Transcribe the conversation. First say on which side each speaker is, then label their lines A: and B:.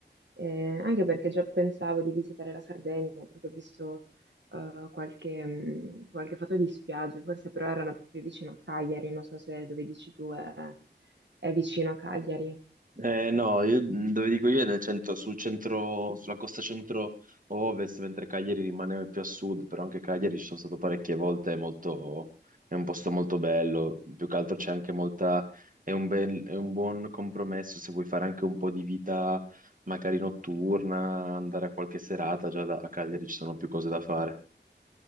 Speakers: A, on the right; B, on the right.
A: Eh, anche perché già pensavo di visitare la Sardegna, perché ho visto eh, qualche, mh, qualche foto di spiagge, forse però erano più vicino a Cagliari, non so se dove dici tu è, è vicino a Cagliari.
B: Eh, no, io dove dico io è nel centro, sul centro, sulla costa centro-ovest, mentre Cagliari rimane più a sud, però anche Cagliari ci sono stato parecchie volte, è molto- è un posto molto bello, più che altro c'è anche molta, è un bel- è un buon compromesso se vuoi fare anche un po' di vita magari notturna, andare a qualche serata, già da- a Cagliari ci sono più cose da fare.